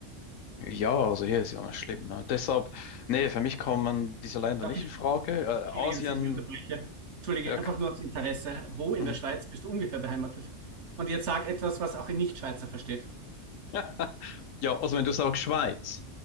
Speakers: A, on the left (about 80°); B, on the right (about 65°).
A: ja, also hier ist ja nicht schlimm. Ne? Deshalb, nee, für mich kommen diese Länder
B: Darf
A: nicht
B: ich
A: in Frage. Äh,
B: Entschuldige,
A: Asien,
B: dass ich dich unterbreche. Entschuldige,
A: ja,
B: einfach
A: k-
B: nur aus Interesse. Wo in
A: mhm.
B: der Schweiz bist du ungefähr beheimatet? Und jetzt sag etwas, was auch ein Nichtschweizer versteht.
A: <laughs> ja, also wenn du sagst Schweiz,